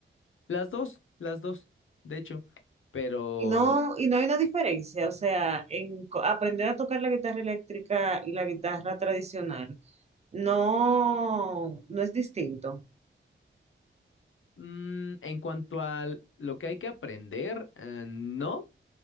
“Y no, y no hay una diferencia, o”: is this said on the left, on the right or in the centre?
Right